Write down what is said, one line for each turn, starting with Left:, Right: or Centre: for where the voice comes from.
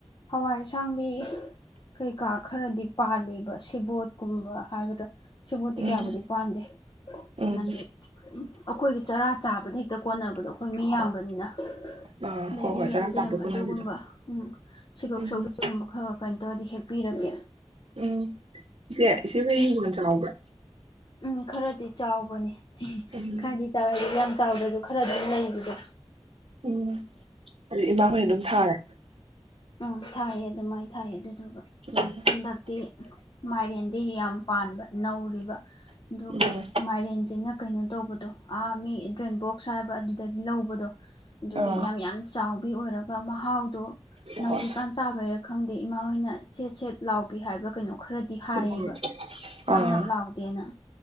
Left: ꯋꯥꯏ ꯑꯁꯥꯡꯕꯤ ꯀꯩꯀꯥ ꯈꯔꯗꯤ ꯄꯥꯜꯂꯤꯕꯁꯤ <unintelligible> ꯇꯤꯀꯌꯥꯕꯨꯗ
Right: ꯎꯝ
Left: ꯄꯥꯟꯗꯦ
Right: ꯎꯝ
Left: ꯂꯝꯗꯤ ꯑꯩꯈꯣꯏꯒꯤ ꯆꯔꯥ ꯆꯥꯕꯗꯤ ꯍꯦꯛꯇ ꯀꯣꯟꯅꯕꯗꯣ ꯑꯩꯈꯣꯏ ꯃꯤ ꯌꯥꯝꯕꯅꯤꯅ
Right: ꯑꯥ
Left: ꯑꯗꯒꯤ
Right: ꯍꯣꯏ ꯍꯣꯏ ꯆꯔꯥ
Left: ꯌꯦꯟꯗꯦꯝ
Right: ꯇꯥꯟꯕ ꯈꯣꯠꯅꯕꯤꯗꯣ
Left: ꯑꯗꯨꯒꯨꯝꯕ ꯎꯝ ꯁꯤꯜꯂꯣꯛ
Right: ꯎꯝ
Left: ꯁꯧꯒ꯭ꯔꯤꯒꯨꯝꯕ ꯈꯔ ꯈ ꯀꯩꯅꯣ ꯑꯗꯨꯗꯤ ꯍꯦꯛꯄꯤꯔꯛꯒꯦ
Right: ꯎꯝ ꯏꯆꯦ ꯏꯆꯦꯍꯣꯢꯒꯤ ꯍꯤꯡꯒꯣꯟ ꯆꯥꯎꯕ꯭ꯔꯥ
Left: ꯎꯝ ꯈꯔꯗꯤ ꯆꯥꯎꯕꯅꯦ
Right: ꯎꯝ
Left: ꯈꯔꯗꯤ ꯆꯥꯎꯋꯦ ꯍꯑꯗꯨꯛꯌꯥꯝ ꯆꯥꯎꯗ꯭ꯔꯁꯨ ꯈꯔ ꯑꯗꯨꯝ ꯂꯩꯕꯗꯣ
Right: ꯎꯝ ꯑꯗꯨꯗꯤ ꯏꯃꯥꯍꯣꯏꯅ ꯑꯗꯨꯝ ꯊꯥꯔꯦ
Left: ꯎ ꯊꯥꯏꯌꯦ ꯑ ꯑꯗꯨꯃꯥꯏꯅ ꯊꯥꯏ ꯑꯗꯨꯗꯨꯒ
Right: ꯎꯝ
Left: ꯍꯟꯗꯛꯇꯤ ꯃꯥꯏꯔꯦꯟ ꯗꯤ ꯌꯥꯝ ꯄꯥꯟꯕ ꯅꯧꯔꯤꯕ ꯑꯗꯨꯒ
Right: ꯎꯝ
Left: ꯃꯥꯏꯔꯦꯟꯖꯤꯅ ꯀꯩꯅꯣ ꯇꯧꯕꯗꯣ ꯑꯥ ꯃꯤ ꯗ꯭ꯔꯦꯟ ꯕꯣꯛꯁ ꯍꯥꯏꯕ꯭ꯔꯥ ꯑꯗꯨꯗꯒꯤ ꯂꯧꯕꯗꯣ ꯑꯗꯨꯒꯤ
Right: ꯑꯥ
Left: ꯌꯥꯝ ꯌꯥꯝ ꯆꯥꯎ ꯗꯤ ꯑꯣꯏꯔꯒ ꯃꯍꯥꯎꯗꯣ ꯅꯧꯔꯤꯀꯥꯟꯆꯥꯕꯩꯔ
Right: ꯍꯣꯏ
Left: ꯈꯪꯗꯦ ꯏꯃꯥ ꯍꯣꯏꯅ ꯁꯦꯠ ꯁꯦꯠ ꯂꯥꯎꯕꯤ ꯍꯥꯏꯕ꯭ꯔ ꯀꯩꯅꯣ ꯈꯔ ꯗꯤ ꯍꯥꯏꯌꯦꯕ
Right: ꯍꯣꯏ
Left: ꯅꯞ
Right: ꯑꯥ
Left: ꯅꯞ ꯂꯥꯎꯗꯦꯅ